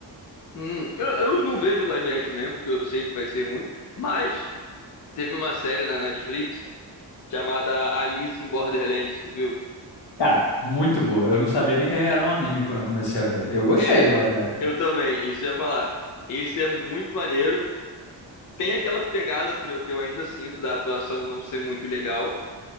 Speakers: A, on the left; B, on the left.
A: Hum, eu, eu não vejo live action mesmo, porque eu sei que vai ser ruim, mas teve uma série na Netflix chamada Alice in Borderlands, tu viu?
B: Cara, muito boa. Eu não sabia nem que era um anime quando eu comecei a ver. Eu gostei
A: É,
B: do live action.
A: eu também, isso eu ia falar. Esse é muito maneiro. Tem aquela pegada que eu que eu ainda sinto da atuação não ser muito legal,